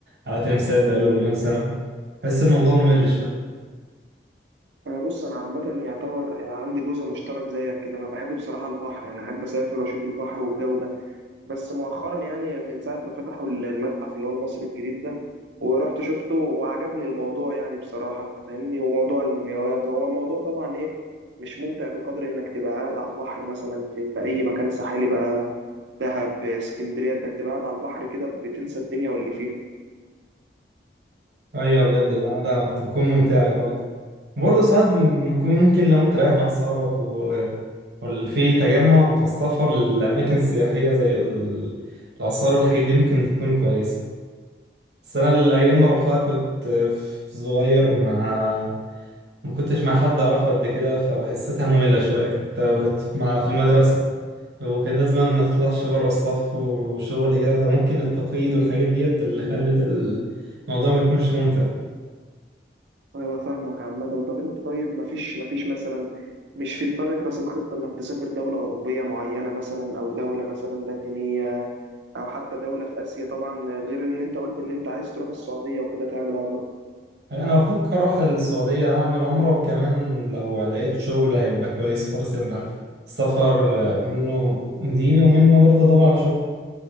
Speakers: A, on the right (about 70°); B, on the right (about 85°).
A: على تمثال بقاله مليون سنة بحس الموضوع ممل شوية
B: أنا بص أنا عامة يعتبر يعني عندي جزء مشترك زيك كده أنا بحب بصراحة البحر يعني أحب أسافر وأشوف البحر والجو ده بس مؤخرا يعني من ساعة ما فتحوا المتحف اللي هو المصري الجديد ده ورحت شفته وعجبني الموضوع يعني بصراحة انت فاهمني وموضوع المومياوات هو الموضوع طبعا ايه مش ممتع بقدر انك تبقى قاعد على البحر مثلا في, في اي مكان ساحلي بقى دهب اسكندرية انت بتبقى قاعد على البحر كده بتنسى الدنيا واللي فيها
A: ايوه بجد القعدة بتكون ممتعة برضه برضه ساعات ممكن ممكن لو انت رايح مع اصحابك و... وفي تجمع فالسفر للاماكن السياحية زي ال- الاثار والحاجات دي ممكن تكون كويسة بس انا الايام ما روحتها كنت في صغير مع ما كنتش مع حد اعرفه قد كده فحسيتها مملة شوية كانت وكانت مع في المدرسة وكان لازم ما تطلعش بره الصف وشغل كده فممكن التقييد والحاجات ديت اللي خلت الموضوع ما يكونش ممتع
B: انا فاهمك عامة طب انت طيب مفيش مفيش مثلا مش في دماغك راسم خطة انك تسافر دولة أوروبية معينة مثلا او دولة مثلا لاتينية او حتى دوله في اسيا طبعا غير ان انت قلت ان انت عايز تروح السعوديه وكده تعمل عمره
A: انا بفكر اروح السعودية اعمل عمرة وكمان لو لقيت شغل هيبقى كويس خالص يبقى السفر منه ديني ومنه برضه ادور على شغل